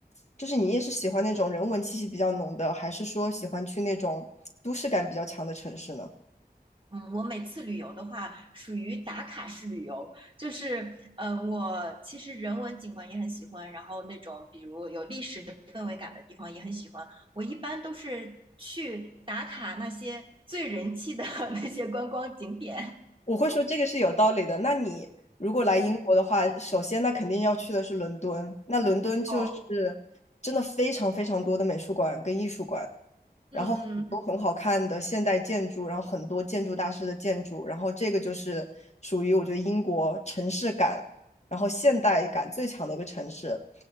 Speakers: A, on the left; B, on the right.
A: 就是你也是喜欢那种人文气息比较浓的，还是说喜欢去那种都市感比较强的城市呢？
B: 嗯，我每次旅游的话，属于打卡式旅游，就是嗯，我其实人文景观也很喜欢，然后那种比如有历史氛围感的地方也很喜欢。我一般都是去打卡那些最人气的 <laughs> 那些观光景点。
A: 我会说这个是有道理的。那你如果来英国的话，
B: 嗯，
A: 首先那肯定要去的是伦敦，那伦敦就是真的非常非常多的美术馆跟艺术馆。
B: 哦，嗯嗯
A: 然后很多很好看的现代建筑，然后很多建筑大师的建筑，然后这个就是属于我觉得英国城市感，然后现代感最强的一个城市。